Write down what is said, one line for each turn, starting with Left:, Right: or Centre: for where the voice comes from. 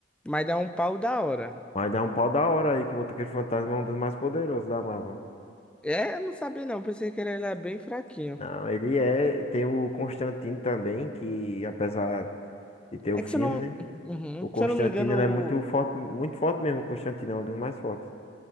Centre: Mas dá um pau da hora.
Left: Vai dar um pau da hora aí que o Motoqueiro Fantasma é um dos mais poderosos da Marvel.
Centre: É, eu não sabia não. Pensei que ele era bem fraquinho.
Left: Não, ele é. Tem o Constantine também, que apesar de ter o
Centre: É
Left: filme,
Centre: que se eu não.
Left: né?
Centre: Uhum.
Left: O Constantine
Centre: Se eu não me engano.
Left: ele é muito
Centre: o-
Left: forte, muito forte mesmo. O Constantine é um dos mais fortes.